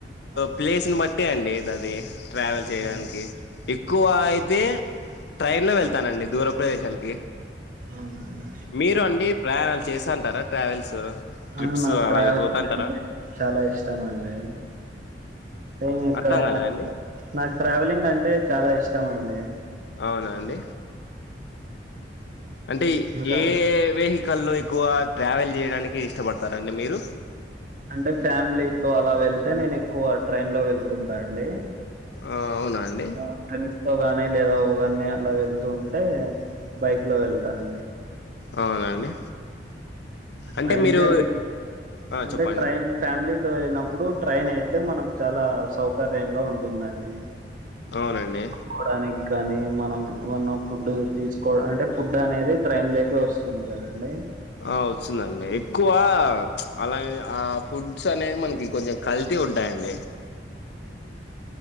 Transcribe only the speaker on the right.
అవును.
అవును.
అవునా అండి
అ నాకు
ట్రావెల్స్
అంటే చాలా ఇష్టం అండి ఆ ఎక్కడైనా
నాకు ట్రావెలింగ్ అంటే చాలా ఇష్టం అండి
ఇంకా
అంటే ఫ్యామిలీతో అలా వెళ్తే నేను ఎక్కువ ట్రైన్ లో వెళ్తుంటా అండి
మా ఫ్రెండ్స్ తో గాని లేదా ఒక్కన్ని అలా వెళ్తుంటే బైక్ లో వెళ్తానండి
ట్రైన్
జర్నీ అంటే
ట్రైన్ ఫ్యామిలీతో వెళ్ళినప్పుడు ట్రైన్ అయితే మనకు చాలా సౌకర్యంగా ఉంటుదండి
కోవడానికి కాని మనం ఏమన్నా ఫుడ్ తీసుకోవ అంటే ఫుడ్ అనేది ట్రైన్ లేక వస్తు టుంది కదండి